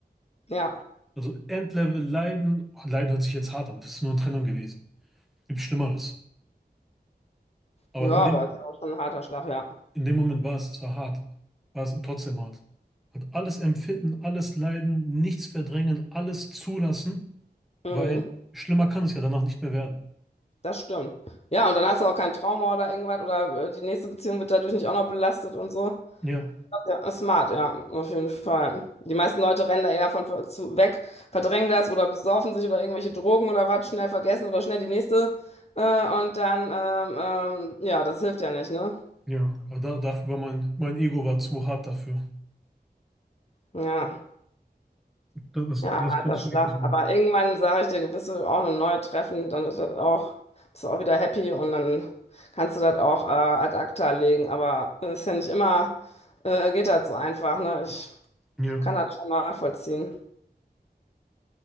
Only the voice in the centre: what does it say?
Also Endlevel Leiden, oh, Leiden hört sich jetzt hart an, das ist nur eine Trennung gewesen. Gibt Schlimmeres. Aber
in
dem
In dem Moment war es zwar hart, war es trotzdem hart. Hat alles empfinden, alles leiden, nichts verdrängen, alles zulassen,
weil schlimmer kann es ja danach nicht mehr werden.
Ja,
ja. Aber da, dafür war mein, mein Ego war zu hart dafür.
Das, das,
das
konnte ich
mir echt nicht lieben.
Ja,